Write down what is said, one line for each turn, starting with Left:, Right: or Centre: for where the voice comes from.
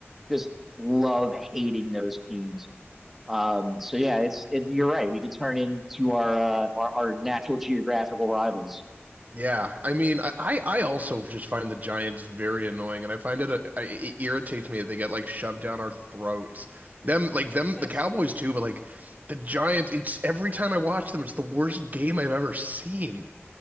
Centre: just love hating those teams. Um, so yeah, it's it, you're right. We can turn into our, uh, our our natural geographical rivals.
Right: Yeah, I mean, I I also just find the Giants very annoying, and I find it, a- I- it irritates me that they get like shoved down our throats. Them like them
Centre: Yes.
Right: the Cowboys too, but like the Giants, it's every time I watch them, it's the worst game I've ever seen.